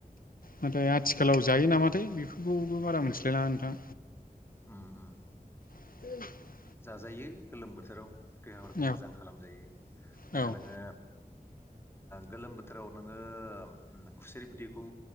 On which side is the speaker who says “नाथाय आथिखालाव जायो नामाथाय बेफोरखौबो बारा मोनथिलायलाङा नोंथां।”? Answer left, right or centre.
Left